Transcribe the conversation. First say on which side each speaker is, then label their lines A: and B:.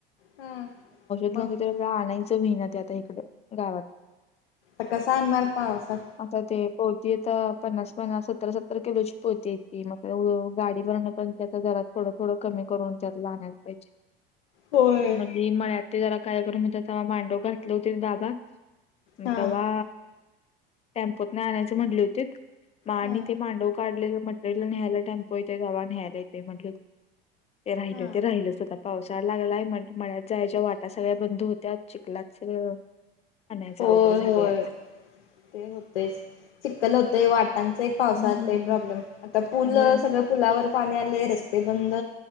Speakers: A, on the left; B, on the left.
A: हा
B: न
A: मग आता
B: तर आप आणायचं भिणत आता इकड गावात.
A: आ कसा अणारर पावसात.
B: आता ते पोती यता पन्नास पन्नास सतरा सत्तर किलोची पोती येतती मग गाडी भरवण पण आता घरात. थोडं थोडं कमी करून त्यात आणायला पाहिजे.
A: होय.
B: म्हळत ते जरा कायक्र म्हव मांडव घातले होते बाबा. म
A: हा
B: तेव्हा टेम्पोत नाही आणायचे म्हंटले होती मा आणि
A: हा
B: ते मांडव. काढलेलं मटरियल न्यायला टम्पो येते दवा न्यायला येते म्हट. ते राहिलं
A: हा
B: ते राहिल सुद्ध पावसाळा लागलाय म्हण म्ह जायच्या वाट. आता सगळ्या बंधू होत्या चिकलाच म्हनायचं
A: होय
B: अवघड झालेय
A: होय
B: आता.
A: ते होतेच चिककल होतेय वाटांच एक पावसातलं
B: हम्म
A: प्रॉब्लेम आता पूल
B: होय
A: सगळं. पुलावर पाणी आले रस्ते बंद